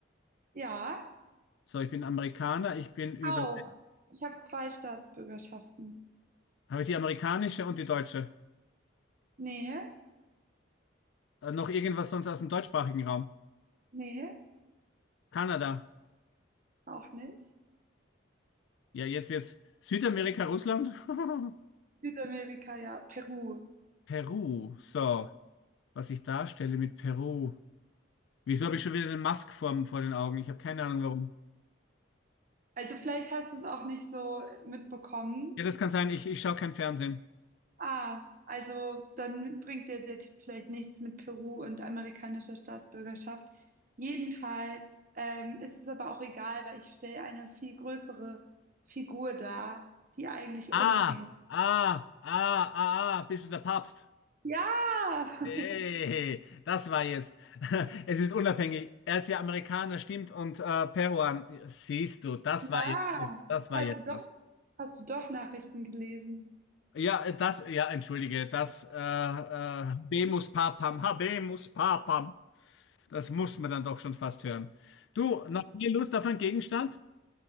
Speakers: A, on the right; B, on the left.
A: Ja,
B: So, ich bin Amerikaner, ich bin über.
A: auch. Ich habe zwei Staatsbürgerschaften.
B: Habe ich die amerikanische und die deutsche?
A: Nee,
B: Äh, noch irgendwas sonst aus dem deutschsprachigen Raum?
A: nee,
B: Kanada.
A: auch nicht.
B: Ja, jetzt jetzt. Südamerika, Russland? <laughs>
A: Südamerika, ja, Peru.
B: Peru. So, was ich darstelle mit Peru. Wieso habe ich schon wieder den Musk vor, vor den Augen? Ich habe keine Ahnung warum.
A: Also vielleicht hast du es auch nicht so mitbekommen.
B: Ja, das kann sein. Ich, ich schaue kein Fernsehen.
A: Ah, also dann bringt dir der Tipp vielleicht nichts mit Peru und amerikanischer Staatsbürgerschaft. Jedenfalls ähm, ist es aber auch egal, weil ich stelle eine viel größere Figur dar, die eigentlich
B: Ah,
A: unabhängig ist.
B: ah, ah, ah, ah, bist du der Papst?
A: Ja, <laughs>
B: Hey, das war jetzt. <laughs> Es ist unabhängig. Er ist ja Amerikaner, stimmt, und äh, Peruan. Siehst du, das
A: ja.
B: war jetzt, das
A: Hast
B: war jetzt
A: du doch,
B: was.
A: hast du doch Nachrichten gelesen?
B: Ja, äh, das, ja, entschuldige, das, äh, äh, Habemus Papam, Habemus Papam. Das muss man dann doch schon fast hören. Du, noch mehr Lust auf einen Gegenstand?